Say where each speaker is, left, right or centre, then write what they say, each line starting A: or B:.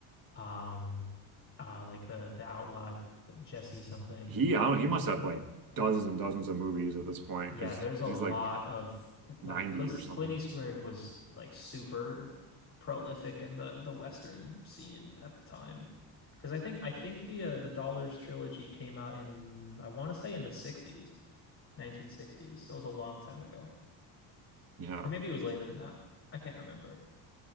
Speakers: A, on the left; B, on the right.
A: um uh like the the Outlaw Jesse something.
B: He I don't know, he must have like dozens and dozens of movies at this point
A: Yeah,
B: because
A: there's a
B: he's
A: lot
B: like
A: of like
B: 90
A: Clint
B: or something.
A: E, Clint Eastwood was like super prolific in the the Western scene at the time. Because I think I think the uh, the Dollars trilogy came out in I want to say in the 60s, 1960s. So it was a long time ago.
B: Yeah.
A: Or maybe it was later than that. I can't remember.